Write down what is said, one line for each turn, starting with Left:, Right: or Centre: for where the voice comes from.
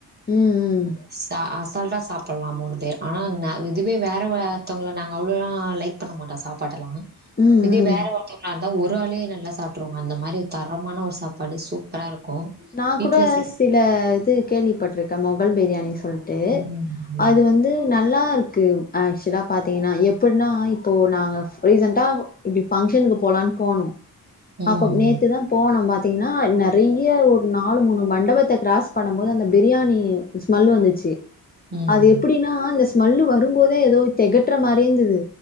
Left: ம் ம் ம்
Right: சா அஸ் அசால்ட்டா சாப்பல்லா மூணு பேர் ஆனா ந இதுவே வேற வ ஒருத்தவுங்கள நாங்க அவ்ளோலா லைக் பண்ண மாட்டோ சாப்பாட்டல்லா
Left: ம்
Right: இதே வேற
Left: ம்
Right: ஒருத்தவுங்களா இருந்தா ஒரு ஆளே நல்லா சாப்ட்ருவாங்க அந்த மாரி தரமான ஒரு சாப்பாடு சூப்பரா இருக்கு
Left: நா
Right: வீட்ல
Left: கூட
Right: செய்
Left: சில இது கேள்விப்பட்டிருக்கே மொகல் பிரியாணி சொல்ட்டு
Right: ம் ம்
Left: அது வந்து நல்லாருக்கு ஆக்சுவலா பாத்தீங்கன்னா எப்பிட்னா இப்போ நாங்க ரீசன்ட்டா இப்டி ஃபங்சனுக்கு போகலான் போனோ
Right: ம்
Left: அப்ப நேத்துதா போனோ பா பாத்தீங்கன்னா நெறைய ஒரு நாலு மூணு மண்டபத்த கிராஸ் பண்ணம் போது அந்த பிரியாணி ஸ்மல் வந்துச்சு
Right: ம் ம்
Left: அது எப்புடினா அந்த ஸ்மெல்லு வரும்போதே எதோ தெகட்டுற மாரி இருந்தது